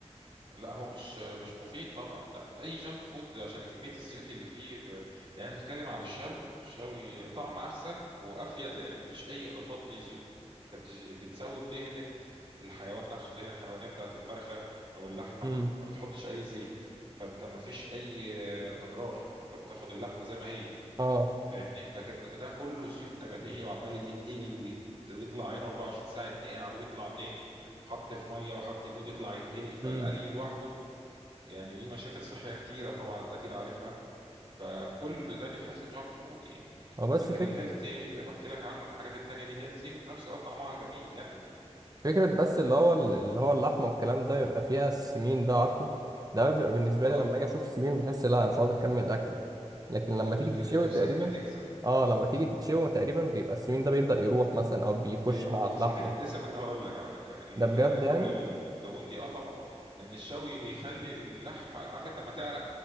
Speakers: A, on the right (about 50°); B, on the right (about 35°).
A: لا هو مش مش مفيد طبعا لا اي جانك فود عشان كميه الزيوت اللي فيه ب... يعني انت بتتكلم على الشوي الشوي طعم احسن وافيد لان مفيش اي اضافات ليه زيوت انت بتش... بتسوي بدهنه الحيوان نفسه دهنه الحيوانيه بتاعت الفرخه او اللحمه
B: امم
A: ما بتحطش اي زيت فانت مفيش اي اضرار انت بتاخد اللحمه زي ما هي
B: اه
A: فاهمني لكن ده كله زيوت نباتيه وعمال يتقلي ويت... ويطلع عينه 24 ساعه يتنقع ويطلع تاني وحط في ميه وحط دي ويطلع يتقلي فالقلي
B: امم
A: لوحده يعني ليه مشاكل صحية كتيرة طبعا انت اكيد عارفها فكل ده بيتحسب جانك فود يعني
B: هو بس
A: لكن
B: فك...
A: الهيلثي اللي بحكي لك عنه الحاجات التانية دي هيلثي وفي نفس الوقت طعمها جميل يجنن يعني
B: فكرة بس اللي هو ال- اللي هو اللحمة والكلام ده بيبقى فيها السمين ده عارفه ده بيبقى بالنسبة
A: اه
B: لي لما اجي اشوف السمين بحس لا انا مش عاوز اكمل اكل لكن لما
A: بت...
B: تيجي تتشوي
A: نفسك
B: تقريبا
A: بتجزع
B: اه
A: <laughs>
B: لما تيجي تتشوي تقريبا بيبقى السمين ده بيبدأ يروح مثلا او بيخش
A: بيروح
B: مع اللحمة
A: صحيح لسه كنت هقول لك على فكرة ال...
B: ده بجد يعني
A: كل الدهون دي اه طبعا ان الشوي بيخلي اللحمة عارف انت لما تعرق